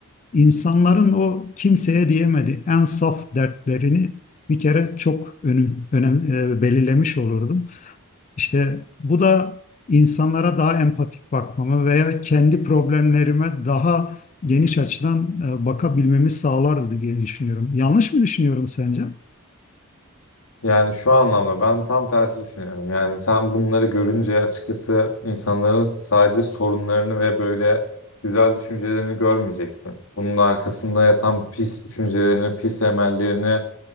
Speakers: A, on the left; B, on the left.
A: İnsanların o kimseye diyemedi en saf dertlerini bir kere çok önüm, önem, e, belirlemiş olurdum. İşte bu da insanlara daha empatik bakmamı veya kendi problemlerime daha geniş açıdan e, bakabilmemi sağlardı diye düşünüyorum. Yanlış mı düşünüyorum sence?
B: Yani şu anlamda ben tam tersi düşünüyorum. Yani sen bunları görünce açıkçası insanların sadece sorunlarını ve böyle güzel düşüncelerini görmeyeceksin. Bunun arkasında yatan pis düşüncelerini, pis emellerini